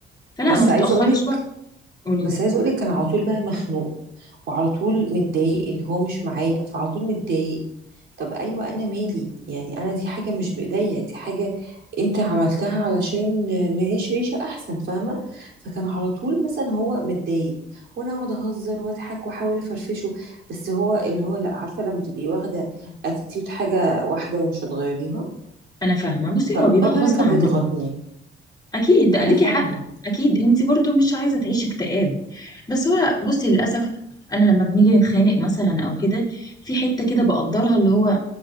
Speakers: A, on the left; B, on the right.
A: فلا
B: بس
A: ما تتاخريش
B: عايزه اقول لك
A: بره قولي
B: بس عايزه اقول لك كان على طول بقى مخنوق وعلى طول متضايق اللي هو مش معايا فعلى طول متضايق طب ايوه انا مالي يعني انا دي حاجه مش بايديا دي حاجه انت عملتها علشان نعيش عيشه احسن فاهمه فكان على طول مثلا هو متضايق وانا اقعد اهزر واضحك واحاول افرفشه بس هو اللي هو لا عارفه لما تبقي واخده اتيتيود حاجه واحده ومش هتغيريها
A: انا فاهمه بصي
B: فبرضه
A: هو بيبقى غصب
B: ده كان
A: عنهم
B: بيضغطني
A: اكيد ليكي
B: انا فاهمه
A: حق اكيد انت برضو مش عايزه تعيشي اكتئاب بس هو بصي للاسف انا لما بنيجي نتخانق مثلا او كده في حته كده بقدرها اللي هو